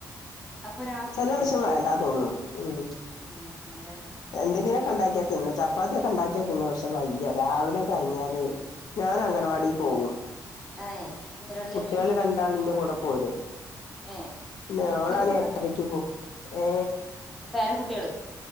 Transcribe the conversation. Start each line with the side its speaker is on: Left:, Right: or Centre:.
Centre: അപ്പൊ ഒരാൾക്കും
Left: ചെല
Centre: വേണ്ട
Left: ദിസം വേണ്ടാ തോന്നും ഉം
Centre: ഉം അതന്നെ
Left: എന്തെങ്കിലൊക്കെണ്ടാക്കിയാ തിന്നു ചപ്പാത്തിയക്കെണ്ടാക്കിയാ തിന്നും പഷെ വയ്യ. രാവിലെ കഴിഞ്ഞാല് ഞാൻ അംഗനവാടി പോവും.
Centre: ഏ അംഗനവാടിയിലാ
Left: കുട്ടികള്
Centre: ജോലി
Left: രണ്ടാളിന്റെ കൂടെ പോരും.
Centre: ഏ
Left: ന്നെയോളാണെ
Centre: ചെറിയ
Left: എട്ടരക്ക് പോം ഏ?
Centre: അപ്പേരകുട്ടികള്.